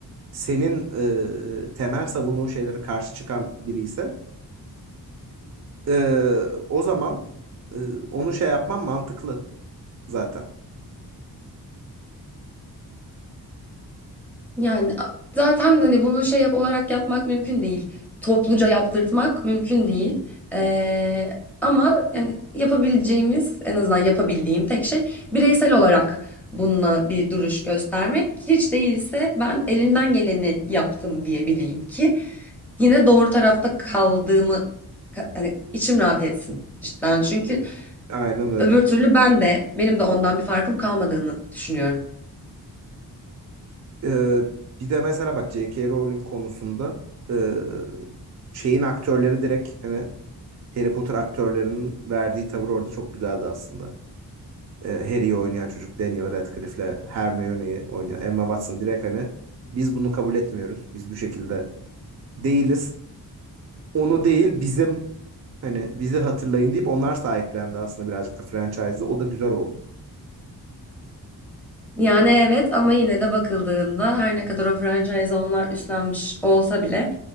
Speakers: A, on the right; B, in the centre.
A: senin e, temel savunduğun şeylere karşı çıkan biri ise e, o zaman e, onu şey yapman mantıklı zaten.
B: Yani a- zaten hani bunu şey yap olarak yapmak mümkün değil. Topluca yaptırtmak mümkün değil. Ee, ama yani yapabileceğimiz en azından yapabildiğim tek şey bireysel olarak bununla bir duruş göstermek. Hiç değilse ben elimden geleni yaptım diyebileyim ki yine doğru tarafta kaldığımı ka- hani içim rahat etsin cidden. Çünkü
A: Aynen öyle.
B: öbür türlü ben de benim de ondan bir farkım kalmadığını düşünüyorum.
A: E, bir de mesela bak J.K. Rowling konusunda e, şeyin aktörleri direkt hani Harry Potter aktörlerinin verdiği tavır orada çok güzeldi aslında. Ee, Harry'i oynayan çocuk Daniel Radcliffe'le Hermione'yi oynayan Emma Watson direkt hani biz bunu kabul etmiyoruz. Biz bu şekilde değiliz. Onu değil bizim hani bizi hatırlayın deyip onlar sahiplendi aslında birazcık da franchise'ı. O da güzel oldu.
B: Yani evet ama yine de bakıldığında her ne kadar o franchise onlar üstlenmiş olsa bile